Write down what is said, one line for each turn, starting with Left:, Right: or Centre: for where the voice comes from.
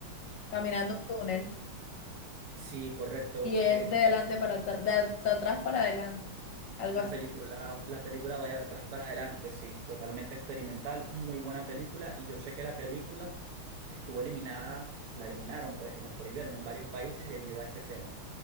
Left: caminando un túnel.
Right: Sí, correcto.
Left: Y es
Right: Es
Left: de adelante para atr- de, at- de atrás para adelante. Algo
Right: la
Left: así.
Right: película, la película vaya atrás para adelante, sí, totalmente experimental, muy buena película. Y yo sé que la película estuvo eliminada, la eliminaron, pues la prohibieron en varios países debido a esa escena.